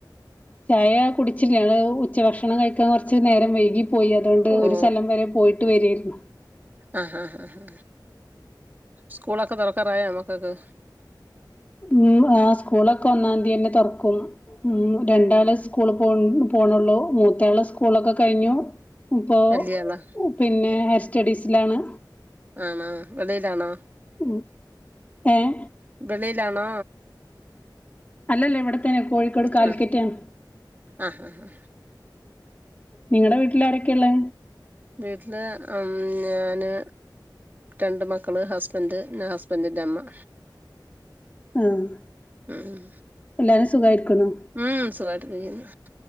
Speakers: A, on the left; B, on the right.
A: ചായ കുടിച്ചില്ല. ഞങ്ങള് ഉച്ച ഭക്ഷണം കഴിക്കാൻ കൊറ്ച്ച് നേരം വൈകി പോയി. അതോണ്ട്
B: ഓ
A: ഒരു സ്ഥലം വരെ പോയിട്ട് വരേര്ന്ന്
B: ആഹ് ഹാ ഹാ ഹാ സ്കൂളൊക്ക തൊറക്കാറായ മകക്ക്.
A: ഉം ആഹ് സ്കൂളൊക്ക ഒന്നാംതിയെന്നെ തൊറ്ക്കും. ഉം രണ്ടാളെ സ്കൂളി പോൺ പോണൊള്ളു. മൂത്തയാള് സ്കൂളൊക്ക കഴിഞ്ഞു. ഇപ്പോ
B: വലിയ ആളാ
A: പിന്നെ ഹെയർ സ്റ്റഡീസ്ലാണ്.
B: ആണോ വെളിയിലാണൊ?
A: ഉം ഏഹ്
B: വെളിയിലാണോ?
A: അല്ലല്ല. ഇവടെ തന്നെ കോഴിക്കോട് കാലിക്കറ്റാണ്
B: ആ ആ ഹാ ഹാ
A: നിങ്ങടെ വീട്ട്ലാരെക്കെള്ളെ?
B: വീട്ട്ല് അം ഞാന്, രണ്ട് മക്കള് ഹസ്ബൻഡ്. പിന്ന ഹസ്ബൻഡിന്റെ അമ്മ.
A: ആഹ്
B: ഉം
A: എല്ലാരും സുഖായിരിക്കണോ
B: ഉം സുഖായിട്ടിരിക്ക്ന്ന്.